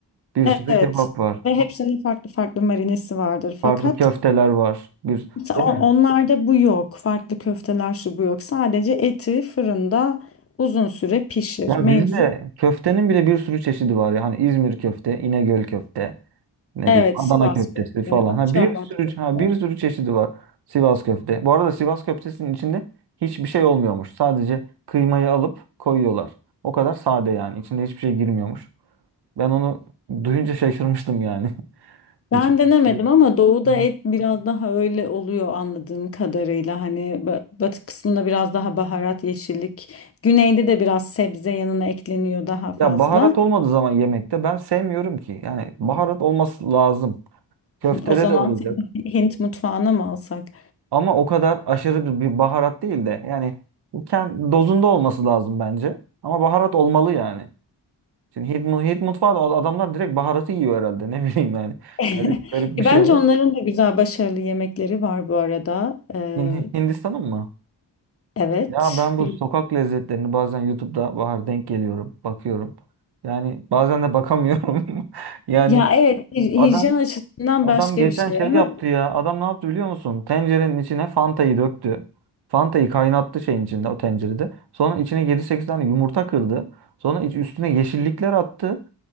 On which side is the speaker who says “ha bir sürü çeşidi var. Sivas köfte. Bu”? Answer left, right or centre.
Right